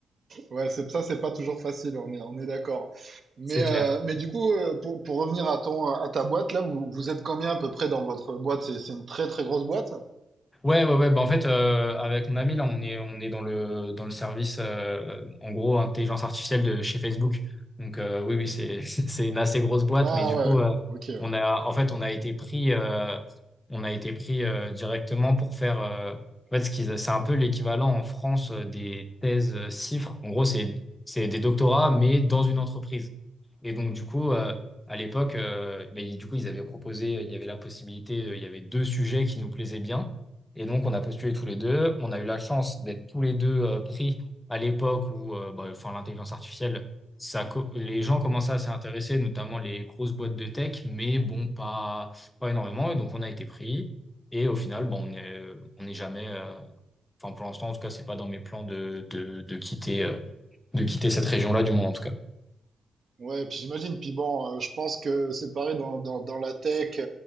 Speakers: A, on the right (about 55°); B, on the left (about 20°).
A: Ouais, c'est ça, c'est pas toujours facile, on est, on est d'accord. Mais,
B: C'est
A: euh,
B: clair.
A: mais du coup, euh, pour, pour revenir à ton, à ta boîte, là, vous, vous êtes combien à peu près dans votre boîte? C'est, c'est une très très grosse boîte?
B: Ouais, ouais, ouais. Bah, en fait, euh, avec mon ami, là, on est, on est dans le, dans le service, euh, en gros, intelligence artificielle de chez Facebook. Donc, euh, oui, oui, c'est, <laughs> c'est une assez grosse boîte,
A: Ah
B: mais du
A: ouais,
B: coup, euh,
A: ok.
B: on a, en fait, on a été pris, euh, on a été pris euh, directement pour faire, euh, en fait, ce qu'ils, c'est un peu l'équivalent en France euh, des thèses euh, CIFRE. En gros, c'est, c'est des doctorats, mais dans une entreprise. Et donc, du coup, euh, à l'époque, euh, ben, ils- du coup, ils avaient proposé, il y avait la possibilité, euh, il y avait deux sujets qui nous plaisaient bien. Et donc, on a postulé tous les deux. On a eu la chance d'être tous les deux euh, pris à l'époque où euh, bah, enfin, l'intelligence artificielle, ça, co- les gens commençaient à s'y intéresser, notamment les grosses boîtes de tech, mais bon, pas, pas énormément. Et donc, on a été pris. Et au final, bon, on est, on n'est jamais, euh, enfin, pour l'instant, en tout cas, c'est pas dans mes plans de, de, de quitter, euh, de quitter cette région-là, du moins, en tout cas.
A: Ouais, puis j'imagine. Puis bon, euh, je pense que c'est pareil dans, dans, dans la tech